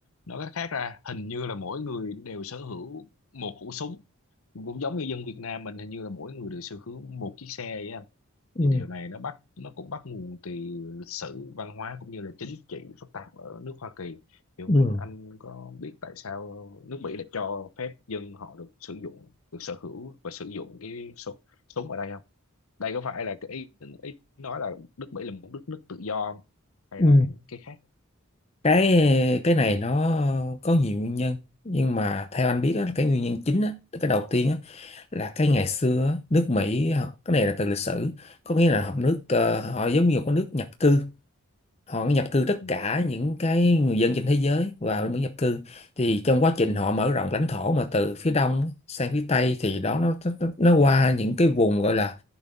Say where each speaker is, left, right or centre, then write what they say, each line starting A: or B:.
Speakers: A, on the left; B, on the left.
A: Nói cách khác ra hình như là mỗi người đều sở hữu một khẩu súng cũng giống như dân Việt Nam mình hình như là mỗi người đều sở hữu một chiếc xe vậy
B: Ừ,
A: thì điều này nó bắt nó cũng bắt nguồn từ lịch sử văn hóa cũng như là chính trị phức tạp ở nước Hoa Kỳ thì không
B: ừ,
A: biết anh có biết tại sao nước Mỹ lại cho phép dân họ được sử dụng được sở hữu và sử dụng cái súng súng ở đây không đây có phải là cái ý, ý nói là nước Mỹ là một đất nước tự do không? hay
B: ừ.
A: là cái khác
B: cái cái này nó có nhiều nguyên nhân nhưng mà theo anh biết á, cái nguyên nhân chính á, cái đầu tiên á, là cái ngày xưa á, nước Mỹ họ- cái này là từ lịch sử có nghĩa là họ nước ờ, họ giống như một cái nước nhập cư họ nhập cư tất
A: ừ,
B: cả những cái người dân trên thế giới vào nước nhập cư thì trong quá trình họ mở rộng lãnh thổ mà từ phía đông sang phía tây thì đó nó nó, nó qua những cái vùng gọi là